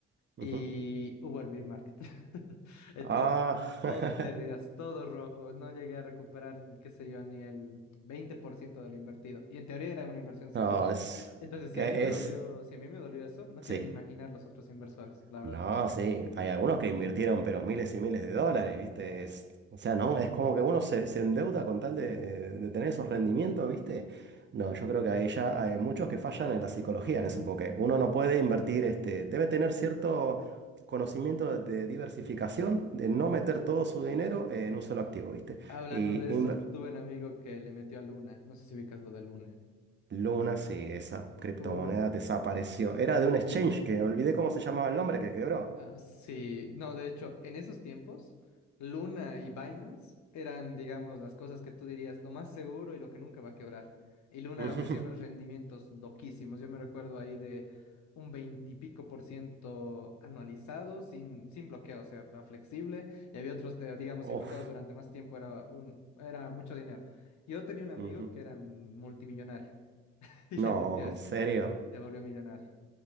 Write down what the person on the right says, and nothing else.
ujú.
Ah, <laughs>
no, es
que
es,
sí.
No, sí, hay algunos que invirtieron pero miles y miles de dólares, ¿viste? Es, o sea, no, es como que uno se, se endeuda con tal de, de tener esos rendimientos, ¿viste? No, yo creo que ahí ya hay muchos que fallan en la psicología en eso, porque uno no puede invertir, este, debe tener cierto conocimiento de diversificación, de no meter todo su dinero en un solo activo, ¿viste?
Y
inver-
Luna, sí, esa criptomoneda
desapareció. Era de un exchange que olvidé cómo se llamaba el nombre que quebró.
<laughs>
Uf.
ujú.
No,
en serio.